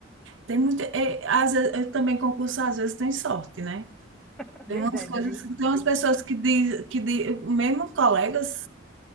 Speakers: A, on the right (about 65°); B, in the centre.
A: Tem muita, é, às vezes, eu também concurso, às vezes tem sorte, né?
B: É
A: Tem
B: verdade,
A: umas coisas,
B: viu?
A: tem umas pessoas que diz, que diz, mesmo colegas